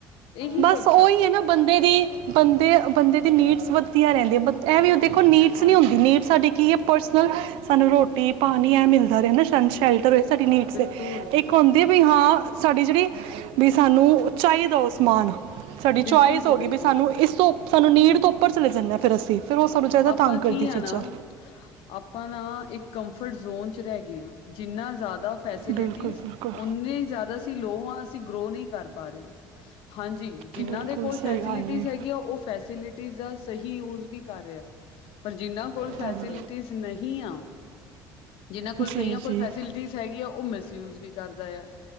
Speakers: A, on the left; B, on the right.
A: ਇਹੀ
B: ਬਸ
A: ਕੁਛ
B: ਓਹੀ
A: ਆ
B: ਏ ਨਾ ਬੰਦੇ ਦੀ ਬੰਦੇ, ਬੰਦੇ ਦੀ ਨੀਡਸ ਵਦਦੀਆ ਰਹਿੰਦੀਆਂ, ਬ ਐਵੀ ਦੇਖੋ ਨੀਡਸ
A: ਹਾਂਜੀ
B: ਨਹੀਂ ਹੁੰਦੀ, ਨੀਡਸ ਸਾਡੀ ਕੀ ਏ ਪਰਸਨਲ ਸਾਨੂੰ ਰੋਟੀ ਪਾਨੀ ਐ ਮਿਲਦਾ ਰਹੇ ਹੈਨਾ ਸ਼ਾਨੁ ਸ਼ੈਲਟਰ ਸਾਡੀ ਨੀਡਸ
A: ਬਿਲਕੁਲ
B: ਏ ਇਕ ਹੋ ਵੀ ਹਾਂ ਸਾਡੀ ਜਿਹੜੀ ਵੀ, ਸਾਨੂੰ ਓਹ ਚਾਹੀਦਾ ਉਹ ਸਮਾਨ ਸਾਡੀ ਚੋਆਇਸ
A: ਬਿਲਕੁਲ ਜੀ
B: ਹੋ ਗਈ,
A: ਬਿਲਕੁਲ
B: ਵੀ ਸਾਨੂੰ ਇਸ ਤੋਂ ਸਾਨੂੰ ਨੀਡ ਤੋਂ ਉੱਪਰ ਚਲੇ ਜਾਂਨੇ ਆ ਫੇਰ ਅਸੀਂ ਫਿਰ ਉਹ ਸਾਨੂੰ ਜਾਦਾ
A: ਆਪਾਂ
B: ਤੰਗ ਕਰਦੀ
A: ਕੀ ਆ
B: ਚੀਜ਼ਾਂ
A: ਨਾ ਆਪਾਂ ਨਾ ਇੱਕ ਕੰਫਰਟ ਜ਼ੋਨ ਚ ਰਹਿ ਗਏ ਆ, ਜਿੰਨਾ ਜ਼ਿਆਦਾ ਫੈਸਿਲਿਟੀਸ
B: ਬਿਲਕੁਲ ਬਿਲਕੁਲ
A: ਉਨੇਈ ਜ਼ਿਆਦਾ ਅਸੀ ਲੋ ਆੰ ਗਰੋ ਨਹੀਂ ਕਰ ਪਾ ਰਹੇ, ਹਾਂਜੀ ਜਿਨਾਂ
B: ਬਿਲਕੁਲ
A: ਦੇ ਕੋਲ
B: ਸਹੀ
A: ਫੈਸਿਲਿਟੀਸ
B: ਗੱਲ ਹੈ
A: ਹੈਗੀ ਆ ਉਹ ਫੈਸਿਲ ਦਾ ਸਹੀ ਯੂਜ ਵੀ ਕਰ ਰਿਹਾ ਪਰ ਜਿੰਨਾ ਫੂਲ ਫੈਸਿਲਿਟੀਜ਼
B: ਹਾਂ
A: ਨਹੀਂ ਆ, ਜਿਨਾਂ ਕੋਲ
B: ਜੀ
A: ਕਈਆਂ ਕੋਲ
B: ਜੀ
A: ਫੈਸਿਲਿਟੀਜ਼ ਹੈਗੀ ਆ, ਉਹ ਮਿਸਯੂਜ ਵੀ ਕਰਦਾ ਆ